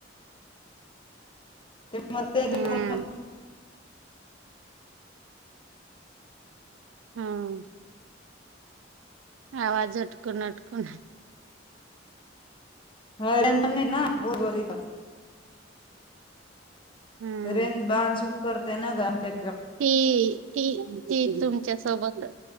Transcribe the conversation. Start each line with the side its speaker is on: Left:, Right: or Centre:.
Left: ते म ते
Right: हम्म
Left: दोघ
Right: हम्म आवाज अटकून अटकून
Left: ह टेशन नाही ना भरु भरु ईथे
Right: हम्म
Left: रेंज बाहान सुरू करतेय ना ग आमच्या
Right: ती त ती तुमच्या सोबतच